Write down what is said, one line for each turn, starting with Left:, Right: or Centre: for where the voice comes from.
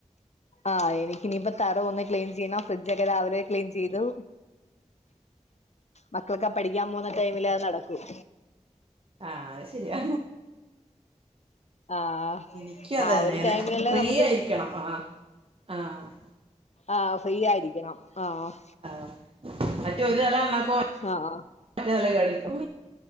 Left: ആഹ് നി ഇനിയിപ്പ തറോ ഒന്ന് ക്ലീൻ ചെയ്യണോ ഫ്രിഡ്ജ്ക്കെ രാവിലെ ക്ലീൻ ചെയ്തു മക്കളൊക്കെ പഠിക്കാൻ പോുന്ന ടൈമില് നടക്കും
Right: ആഹ് അത് ശെരിയാ
Left: ആഹ്
Right: എനിക്ക് അതന്നെന്നെ
Left: ആ ഒരു ടൈമിലല്ലേ
Right: ഫ്രീ
Left: നമുക്ക്
Right: ആയിരിക്കണം ആഹ് ആഹ്
Left: ആഹ് ഫ്രീ ആയിരിക്കണം ആഹ്
Right: ആ മറ്റേ ഒരു തലന്നാക്കുമ്പോ
Left: ആഹ്
Right: മറ്റേ തലകോട് വരുത്തും